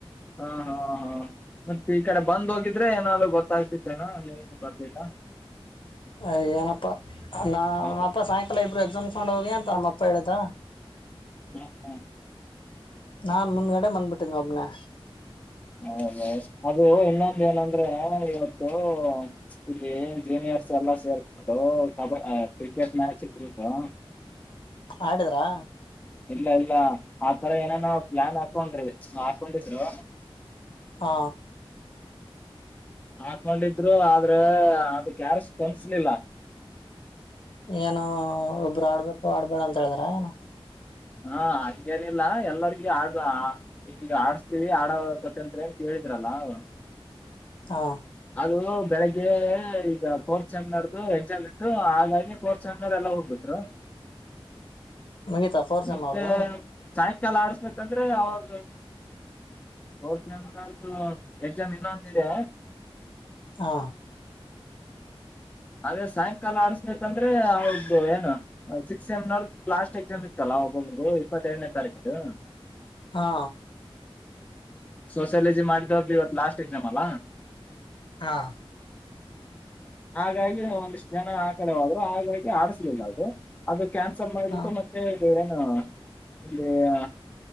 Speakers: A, on the left; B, on the left.
A: ಹಾ ಹಾ ಹಾ ಮತ್ತೆ ಈ ಕಡೆ ಬಂದ್ ಹೋಗಿದ್ರೆ ಏನಾದ್ರು ಗೊತ್ತಾಗ್ತಿತ್ತೇನಾ ನೀವ್ ಬಂದಿಲ
B: ಅಯ ಏನಪ್ಪಾ ನ
A: ಹಾಗೆ
B: ನಮ್ಮಪ್ಪ ಸಾಯಂಕಾಲ ಇಬ್ರು ಮೂಸ್ಕೊಂಡ್ ಹೋಗಿ ಅಂತ ನಮ್ಮ ಅಪ್ಪ ಹೇಳಿದ್ದ
A: ಹಾ ಹಾ
B: ನಾನ್ ಮುಂದಗಡೆ ಬಂದ್ಬುಟ್ಟಿನಿ ಒಬ್ನೇ.
A: ಹೌದ ಅದು ಇನ್ನೊಂದ ಏನಂದ್ರೆ ಇವತ್ತು ಇಲ್ಲಿ ಜೂನಿಯರ್ಸ್ ಎಲ್ಲ ಸೇರ್ಕಂಡು ಕಬಡ್ ಕ್ರಿಕೆಟ್ ಮ್ಯಾಚ್ ಇಟುಡ್ರು
B: ಹಾಡಿದ್ರಾ
A: ಇಲ್ಲ ಇಲ್ಲ ಆ ತರ ಏನ ನೋ ಪ್ಲಾನ್ ಹಾಕೊಂಡ್ರಿ ಹಾಕೊಂಡಿದ್ರು
B: ಹಾ
A: ಹಾಕೊಂಡಿದ್ರು ಆದ್ರ ಅದಕ್ ಯಾರ್ ಸ್ಪಂದಿಸಲಿಲ್ಲ.
B: ಏನು ಒಬ್ರು ಆಡ್ಬೇಕು ಆಡ್ಬೇಡ ಅಂತ ಹೇಳಿದ್ರ ಏನ
A: ಹಾ ಹಂಗೇನಿಲ್ಲ ಎಲ್ಲರಿಗ ಆ ಹ ಆಡ್ಸ್ತೀವಿ ಆಡ ಕತಂರಿ ಅಂತ ಹೇಳಿದ್ರಲ್ಲ ಅವ್
B: ಹಾ
A: ಅದು ಬೆಳಿಗ್ಗೆ ಈಗ ಫೋರ್ತ್ ಸೆಮಿನರ್ದು ಎಕ್ಸಾಮ್ ಇತ್ತು ಹಾಗಾಗಿ ಫೋರ್ತ್ ಸೆಮಿನರ್ ಎಲ್ಲ ಹೋಗ್ಬಿಟ್ರು.
B: ಮುಗಿತ ಫೋರ್ತ್ ಸೇಮ್
A: ಮತ್ತೆ
B: ಅವರ್ದು.
A: ಸಾಯಂಕಾಲ ಆಡ್ಸ್ಬೇಕಂದ್ರೆ ಅವ್ರ <unintelligible> ಎಕ್ಸಾಮ್ ಇನ್ನೊಂದಿದೆ
B: ಹಾ
A: ಅದೇ ಸಾಯಂಕಾಲ ಆಡ್ಸ್ಬೇಕಂದ್ರೆ ಅವ್ರ್ದು ಏನು ಸಿಕ್ಸ್ ಸೆಮ್ ನೋರ್ಡ್ ಲಾಸ್ಟ್ ಎಕ್ಸಾಮ್ ಇತ್ತಲ್ಲ ಒಬ್ಬೊಬು ಇಪ್ಪತ್ತೆರಡನೇ ತಾರೀಕು
B: ಹಾ
A: ಸೋಸಿಯಾಲಜಿ ಮಾಡಿದೊರ್ದು ಇವತ್ ಲಾಸ್ಟ್ ಎಕ್ಸಾಮ್ ಅಲ
B: ಹಾ
A: <unintelligible> ಹಾಗಾಗಿ ಒಂದಿಷ್ಟ ಜನ ಆ ಕಡೆ ಓದ್ರು ಹಾಗಾಗಿ ಆಡಿಸ್ಲಿಲ ಅದು ಅದಕ್ ಕ್ಯಾನ್ಸಲ್ ಮಾಡಿಬಿಟ್ಟು
B: ಹಾ
A: ಮತ್ತೆ ತೀವ್ರೇನೋ <unintelligible> ಇಲ್ಲಿ ಹ